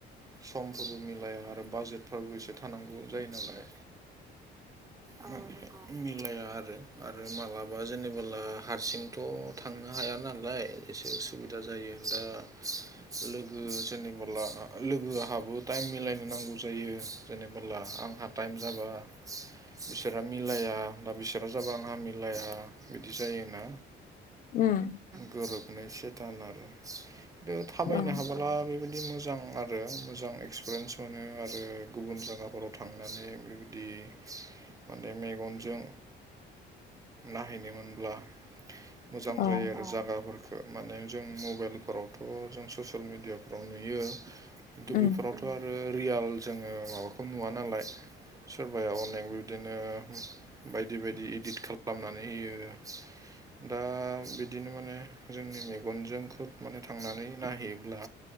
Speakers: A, on the right; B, on the left.
A: समफोरबो मिलाया आरो बाजेटफ्राबो एसे थानांगौ जायो नालाय। औ नोंगौ। मिलाया आरो। आरो मालाबा जेनेबोला हारसिंथ' थांनो हाया नालाय एसे उसुबिदा जायो दा लोगो जेनेबोला लोगो आहाबो टाइम मिलायनो नांगौ जायो जेनेबोला आंहा टाइम जाबा बिसोरा मिलाया दा बिसोरा जाबा आंहा मिलाया बिदि जायोना।
B: उम
A: गोरोबनो एसे थान आरो। थु थाबायनो
B: औ
A: हाबोला बेबायद दि मोजां आरो मोजां एक्सपिरियेन्स मोनो आरो गुबुन जायगाफोराव थांनानै बेबायदि माने मेगनजों नायहैनो मोनब्ला मोजां
B: औ
A: जायो आरो जागाफोरफोरखौ माने जों मबाइलफोरावथ' जों ससियेल मिडियाफोराव नुयो। खिन्थु
B: उम
A: बेफोरावथ' आरो रियाल जोङो माबाखौ नुवा नालाय सोरबाया अनलाइन बिबदिनो बायदि बायदि इदिट खालामनानै होयो। दा बिदिनो माने जोंनि मेगनजों खुद माने थांनानै नायहैयोब्ला